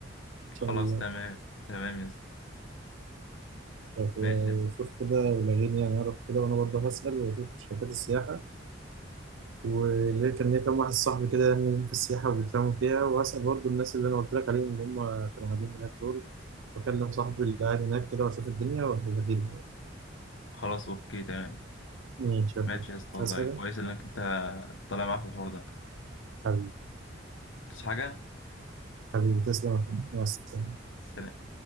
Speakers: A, on the right; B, on the left.
A: شاء
B: خلاص
A: الله
B: تمام تمام يا اسطى
A: شايف- وشوف
B: ماشي يا اسطى
A: كده ولغيني يعني اعرف كده وانا برضه هسأل واشوف شركات السياحه واللي كان ليا كام واحد صاحبي كده يعني في السياحه وبيفهموا فيها وهسأل برضه الناس اللي انا قلت لك عليهم اللي هم كانوا قاعدين هناك دول واكلم صاحبي اللي قاعد هناك كده واشوف الدنيا وهبقى فيه
B: خلاص اوكي تمام
A: ماشي يا
B: ماشي
A: أخوي.
B: يا اسطى
A: مش
B: والله
A: عايز حاجه
B: كويس انك انت طالع معايا في الحوار ده
A: حبيبي
B: بس حاجه
A: حبيبي تسلم يا أخوي. مع السلامه
B: سلام